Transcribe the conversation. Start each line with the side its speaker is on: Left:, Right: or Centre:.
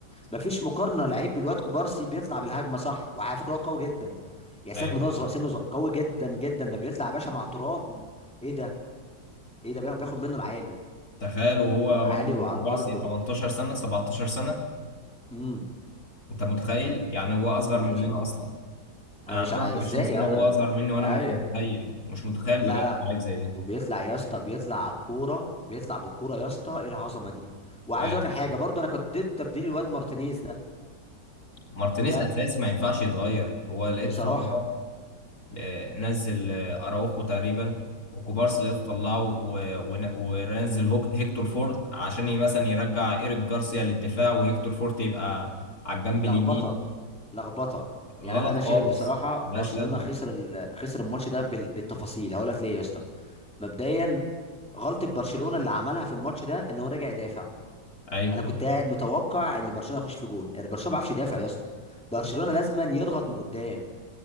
Centre: مفيش مقارنة لعيب بالواد كوبارسي بيطلع بالهجمة صح وعلى فكرة هو قوي جدا يعني
Left: ايوه
Centre: ساك من هو صغير- سنه صغير، قوي جدا جدا ده بيطلع يا باشا مع ترام ايه ده ايه ده بياخ- بياخد منه العالي
Left: تخيل وهو
Centre: والعالي
Left: برضه
Centre: وعلى
Left: كبار
Centre: الأرض
Left: سي
Centre: و...
Left: 18 سنه 17 سنه
Centre: امم
Left: انت متخيل يعني هو اصغر
Centre: انا
Left: مننا
Centre: مش
Left: اصلا
Centre: انا
Left: انا
Centre: مش
Left: عندي
Centre: عاي-
Left: 21
Centre: ازاي انا
Left: سنه وهو اصغر مني وانا
Centre: أي...
Left: مش متخيل مش متخيل
Centre: لا
Left: بجد
Centre: لا
Left: حاجه زي دي
Centre: وبيطلع يا اسطى بيطلع على الكورة بيطلع بالكورة يا اسطى ايه العظمة دي وعايز
Left: ايوه
Centre: اقول لك الحاجة برضو انا كنت ضد تبديل الواد مارتينيز ده
Left: مارتينيز
Centre: بجد
Left: اساسي ما ينفعش يتغير هو لقيته
Centre: بصراحة
Left: طلعه آه، نزل آه، اراوخو تقريبا وكوبارسي لقيته طلعه و- ون- ونزل هوك- هيكتور فورت عشان ي- مثلا يرجع ايريك جارسيا للدفاع وهيكتور فورت يبقى على الجنب
Centre: لخبطة
Left: اليمين
Centre: لخبطة يعني
Left: غلط
Centre: انا شايف
Left: خالص
Centre: بصراحة
Left: ملهاش
Centre: برشلونة
Left: لازمه
Centre: خسر ال... خسر الماتش ده بال... بالتفاصيل هقول لك ليه يا اسطى مبدئيا غلطة برشلونة اللي عملها في الماتش ده ان هو رجع يدافع
Left: ايوه
Centre: انا كنت قاعد متوقع ان برشلونة يخش في جون يعني برشلونة ما بيعرفش يدافع يا اسطى برشلونة لازما يضغط من قدام